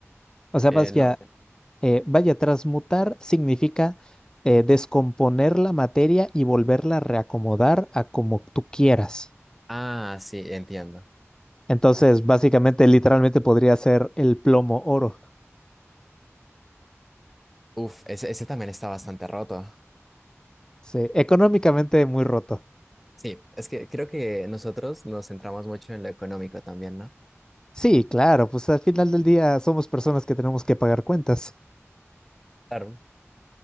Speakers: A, on the left; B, in the centre.
A: O sea,
B: Eh,
A: vaya,
B: ¿no?
A: eh, vaya, transmutar significa eh, descomponer la materia y volverla a reacomodar a como tú quieras.
B: Ah, sí, entiendo.
A: Entonces, básicamente, literalmente podría ser el plomo oro.
B: Uf, ese, ese también está bastante roto.
A: Sí, económicamente muy roto.
B: Sí, es que creo que nosotros nos centramos mucho en lo económico también, ¿no?
A: Sí, claro, pues al final del día somos personas que tenemos que pagar cuentas.
B: Claro.